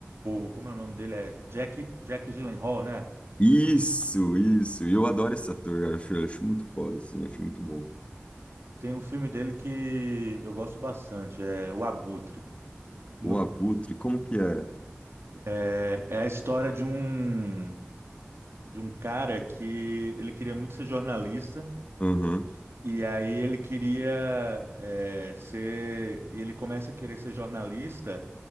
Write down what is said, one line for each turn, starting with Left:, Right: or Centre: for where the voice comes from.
Right: o, como é o nome dele? É Jack, Jack Gyllenhaal, né?
Left: Isso, isso. E eu adoro esse ator, eu acho, eu acho muito foda, assim, acho muito bom.
Right: Tem um filme dele que eu gosto bastante, é O Abutre. No-
Left: O Abutre, como que é?
Right: É, é a história de um de um cara que ele queria muito ser jornalista.
Left: Uhum,
Right: E aí ele queria eh, ser, e ele começa a querer ser jornalista